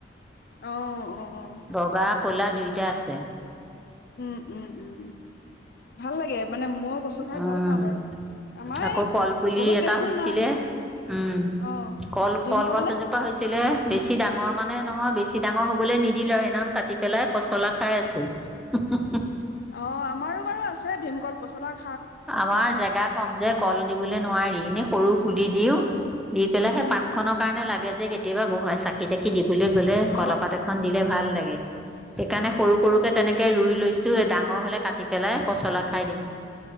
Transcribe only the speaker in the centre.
বগা ক'লা দুইটা আছে।
উম,
আকৌ
কলপুলি
এটা
হৈছিলে
উম
কল-
কলগছ
এজোপা হৈছিলে। বেছি ডাঙৰ মানে নহয়, বেছি ডাঙৰ হ'বলৈ নিদিলো আৰু সেনাখন কাটি পেলাই পচলা খাই আছো হো হো হো।
আমাৰ জেগা কম যে কল দিবলৈ নোৱাৰি। এনে সৰু পুলি দিওঁ। দি পেলাই
সেই পাত খনৰ কাৰণে লাগে। যে কেতিয়াবা গোসাঁইৰ চাকি তাকি দিব।। লৈ গলে
ক'লা পাত এখন দিলে ভাল লাগে সেইকাৰণে
সৰু সৰুকে তেনেকে। সৰুকে ৰুই লৈছো ডাঙৰ হলে কাটি পেলাই পচলা খাই দিম।